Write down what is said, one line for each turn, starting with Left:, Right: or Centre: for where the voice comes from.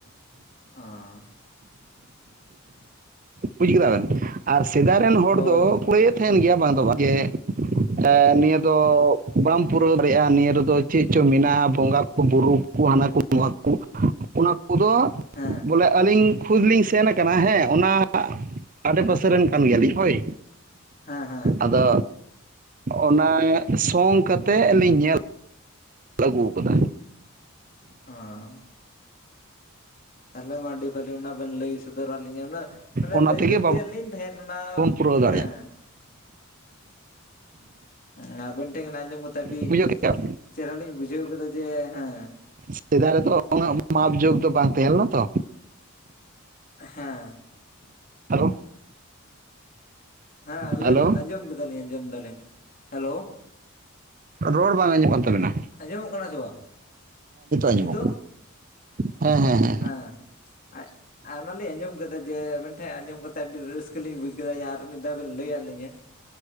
Left: ᱚᱸ
Right: ᱵᱩᱡᱽ ᱠᱮᱫᱟ ᱵᱮᱱ, ᱟᱨ ᱥᱮᱫᱟᱭ ᱨᱮᱱ ᱦᱚᱲ
Left: ᱦᱳᱭ
Right: ᱫᱚ ᱯᱳᱭᱮᱫ <unintelligible> ᱛᱟᱦᱮᱱ ᱜᱮᱭᱟ ᱵᱟᱝ ᱫᱚ ᱵᱟᱝ <unintelligible> ᱱᱤᱭᱟᱹ ᱫᱚ ᱵᱟᱢ ᱯᱩᱨᱟᱹᱣ ᱠᱮᱜᱼᱟ ᱾ ᱱᱤᱭᱟᱹ ᱨᱮᱫᱚ ᱪᱮᱫ ᱪᱚᱝ ᱢᱮᱱᱟᱜᱼᱟ᱾ ᱵᱚᱸᱜᱟ ᱠᱚ, ᱵᱩᱨᱩ ᱠᱚ ᱦᱟᱱᱟ ᱠᱚ, ᱱᱚᱣᱟ ᱠᱚ ᱚᱱᱟ ᱠᱚᱫᱚ
Left: ᱦᱮᱸ
Right: ᱵᱚᱞᱮ ᱟᱹᱞᱤᱧᱼᱼ ᱠᱷᱩᱫᱽ ᱞᱤᱧ ᱥᱮᱱ ᱠᱟᱱᱟ ᱦᱮᱸ, ᱚᱱᱟ ᱟᱰᱮ
Left: ᱦᱮᱸ
Right: ᱯᱟᱥᱮ ᱨᱮᱱ ᱠᱟᱱ ᱜᱮᱭᱟᱞᱤᱧ ᱦᱳᱭ᱾
Left: ᱦᱮᱸ, ᱦᱮᱸ᱾
Right: ᱟᱫᱚ ᱚᱱᱟ ᱥᱚᱝ ᱠᱟᱛᱮᱫ ᱞᱤᱧ ᱧᱮᱞᱼᱼ ᱟᱹᱜᱩ ᱟᱠᱟᱫᱟ᱾
Left: ᱦᱮᱸ, ᱟᱞᱮ ᱢᱟ <unintelligible> ᱚᱱᱟ ᱵᱮᱱ ᱞᱟᱹᱭ ᱥᱚᱫᱚᱨ ᱞᱤᱧᱟᱹ ᱩᱱᱟᱹ, ᱢᱟᱱᱮ
Right: ᱚᱱᱟ
Left: ᱞᱟᱹᱭ
Right: ᱛᱮᱜᱮ
Left: ᱫᱚ ᱞᱟᱹᱭᱟ ᱞᱤᱧ ᱛᱟᱦᱮᱸᱫ ᱚᱱᱟ
Right: ᱵᱟᱵᱚᱱ ᱯᱩᱨᱟᱹᱣ ᱫᱟᱲᱮᱭᱟᱜ
Left: ᱦᱮᱸᱼᱼ ᱚ ᱟᱵᱮᱱ ᱴᱷᱮᱱ ᱟᱸᱡᱚᱢ ᱠᱟᱛᱮ ᱟᱹᱰᱤᱼᱼ
Right: ᱵᱩᱡᱷᱟᱹᱣ ᱠᱮᱫᱟᱢ
Left: ᱪᱮᱦᱨᱟ ᱞᱤᱧ ᱵᱩᱡᱷᱟᱹᱣ ᱠᱮᱫᱟ ᱡᱮ ᱦᱮᱸᱼᱼ
Right: ᱥᱮᱫᱟᱭ ᱨᱮᱛᱚ ᱩᱱᱟᱹᱜ ᱢᱟᱯ ᱡᱳᱠ ᱫᱚ ᱵᱟᱝ ᱛᱟᱦᱮᱸ ᱞᱮᱱᱟ ᱛᱚ᱾
Left: ᱦᱮᱸ᱾
Right: ᱦᱮᱞᱳ
Left: ᱦᱮᱸ, ᱞᱟᱹᱭ
Right: ᱦᱮᱞᱳ
Left: ᱵᱮᱱ ᱟᱸᱡᱚᱢ ᱠᱮᱫᱟᱞᱤᱧ ᱟᱸᱡᱚᱢ ᱫᱟᱞᱤᱧ ᱦᱮᱞᱳ᱾
Right: ᱨᱚᱲ ᱵᱟᱝ ᱟᱸᱡᱚᱢᱚᱜ ᱠᱟᱱ ᱛᱟᱵᱤᱱᱟ᱾
Left: ᱟᱸᱡᱚᱢᱚᱜ ᱠᱟᱱᱟ ᱥᱮ ᱵᱟᱝ,
Right: ᱟᱸᱡᱚᱢᱚᱜ
Left: ᱱᱤᱛᱚᱜ᱾
Right: ᱦᱮᱸ, ᱦᱮᱸ᱾
Left: ᱦᱮᱸ <unintelligible> ᱟᱨ ᱚᱱᱟᱞᱤᱧ ᱟᱸᱡᱚᱢ ᱠᱮᱫᱟ ᱡᱮ, ᱟᱵᱮᱱ ᱴᱷᱮᱱ ᱟᱸᱡᱚᱢ ᱠᱟᱛᱮ ᱟᱹᱰᱤ ᱨᱟᱹᱥᱠᱟᱹ ᱞᱤᱧ ᱵᱩᱡ ᱠᱮᱫᱟ ᱡᱮ ᱟᱨ ᱢᱤᱫ ᱫᱷᱟᱣ ᱵᱮᱱ ᱞᱟᱹᱭᱟᱫ ᱞᱤᱧᱟᱹ᱾